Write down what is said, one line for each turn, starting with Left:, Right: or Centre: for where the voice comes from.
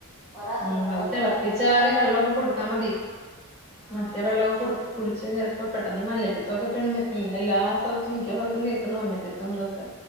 Centre: ഓരോ അസുഖങ്ങളും
Right: ഉം അത്
Centre: ഒക്കെ
Right: തെളപ്പിച്ചാറി
Centre: വരും അതായിരുന്നു
Right: വെള്ളവൊക്കെ കൊടുത്താ മതി.
Centre: ആഹ്
Right: മറ്റേ വെള്ളവൊക്കെ കൊടുത് കുടിച്ച ചെലപ്പോ പെട്ടെന്നീ മഞ്ഞപ്പിത്തൊക്കെ പി എല്ലാ സ്ഥലത്തും മിക്ക സ്ഥലത്തും കേക്കണ്ട് മഞ്ഞപ്പിത്തം ഇതൊക്കെ.